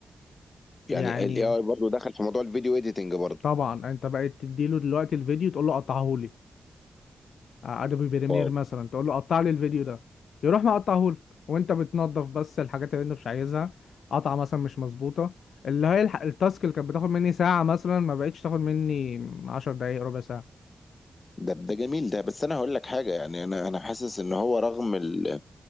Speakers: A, on the left; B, on the left.
A: يعني
B: يعني
A: الاي اي برضو دخل في موضوع الفيديو ايديتنج برضو
B: طبعا انت بقيت تديله دلوقتي الفيديو تقول له قطعه لي ادوبي بريمير
A: واو
B: مثلا تقول له قطع لي الفيديو ده يروح مقطعه لك وانت بتنظف بس الحاجات اللي انت مش عايزها قطعه مثلا مش مظبوطه اللي هي الح- التاسك اللي كانت بتاخد مني ساعه مثلا ما بقتش تاخد مني 10 دقايق ربع ساعه
A: ده ده جميل ده بس انا هقول لك حاجه يعني انا انا حاسس ان هو رغم ال...